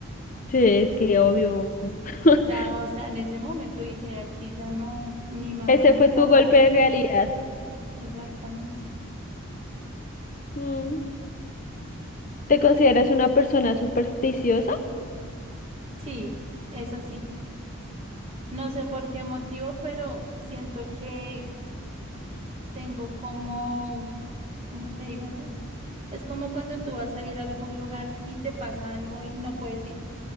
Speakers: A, on the left (about 40°); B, on the right (about 30°).
A: Sí, es que obvio. <laughs>
B: Ya, o sea, en ese momento dije, aquí ya no, ni mamá
A: Ese
B: ni
A: fue tu
B: papá,
A: golpe de realidad.
B: exactamente. Sí,
A: Mm. ¿Te consideras una persona supersticiosa?
B: Sí, eso sí. No sé por qué motivo, pero siento que tengo como, ¿cómo te digo yo? Es como cuando tú vas a ir a algún lugar y te pasa algo y no puedes ir.